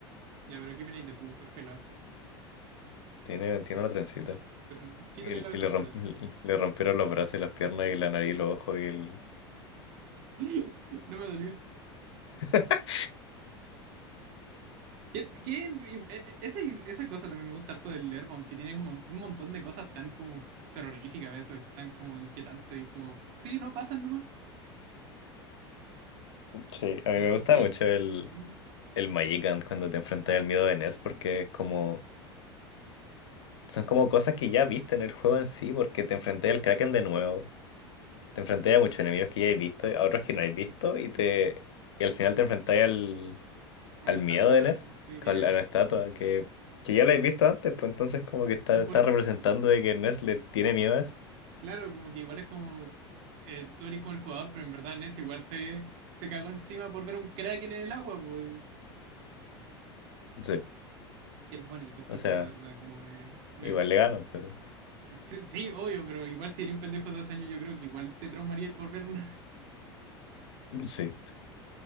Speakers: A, on the right; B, on the left.
A: Ya, pero ¿qué opináis de Pu? Es pelado.
B: Tiene, tiene una trencita.
A: Ten- Quítale
B: Y,
A: la vetercita.
B: y le, romp- <laughs> le rompieron los brazos y las piernas y la nariz y los ojos y el...
A: <laughs> No me dolió.
B: <laughs>
A: ¿Qué, qué- eh, esa, esa cosa también me gusta harto del Airbound, que tiene un, mon- un montón de cosas tan como terroríficas a veces, tan como inquietantes y como, sí, no pasan nomás.
B: Sí, a
A: De
B: mí me
A: por
B: gusta
A: sí,
B: mucho el,
A: mm,
B: el Magikant cuando te enfrentas al miedo de Ness porque es como... Son como cosas que ya viste en el juego en sí porque te enfrentas al Kraken de nuevo. Te enfrentas a muchos enemigos que ya has visto, a otros que no has visto y te... Y al final te enfrentas al...
A: como
B: al
A: la
B: miedo
A: estatua,
B: de Ness,
A: sí,
B: con
A: que
B: la- a la estatua, que, que ya la he visto antes, pues entonces como que está,
A: son
B: está
A: puras-
B: representando de que Ness le tiene miedo a eso.
A: claro, como que igual es como eh, tú eres como el jugador, pero en verdad en ese igual se, se cagó encima por ver un Kraken en el agua, pues.
B: Sí.
A: Qué bonito este
B: O sea,
A: juego, de verdad, como me, me-
B: igual le ganan, pero
A: Sí, sí, obvio, pero igual si eres un pendejo de dos años, yo creo que igual te traumaría por ver un,
B: sí.